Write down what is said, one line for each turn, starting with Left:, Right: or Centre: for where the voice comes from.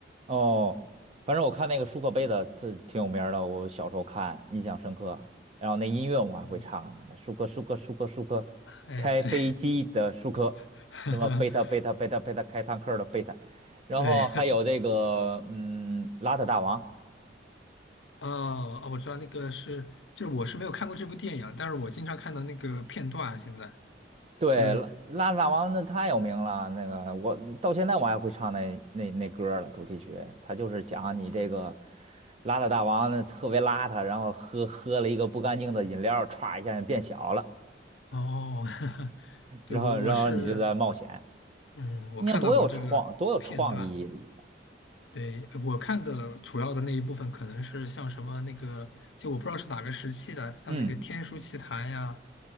Right: 哦，反正我看那个舒克贝塔，这挺有名儿的，我小时候看，印象深刻。然后那音乐我还会唱呢，
Left: 嗯。
Right: 那舒克舒克舒克舒克，
Left: 哎，
Right: 开飞机的舒克，
Left: 对，<laughs>
Right: 什么贝塔贝塔贝塔贝塔开坦克的贝塔，然后还有这个嗯，
Left: 对。
Right: 邋遢大王。
Left: 哦哦，我知道那个是，就是我是没有看过这部电影，但是我经常看到那个片段啊。现在
Right: 对，
Left: 就是
Right: 拉拉大王那太有名了，那个我到现在我还会唱那那那歌儿了，主题曲，他就是讲你这个邋遢大王呢特别邋遢，然后喝喝了一个不干净的饮料，歘一下就变小了，
Left: 哦，<laughs> 对我我是
Right: 然后然后你就在冒险，
Left: 嗯，我看到过这个片段。
Right: 你看多有创多有创意，
Left: 对，我看的主要的那一部分可能是像什么那个，就我不知道是哪个时期的，像那个《天书奇谭》呀，
Right: 嗯，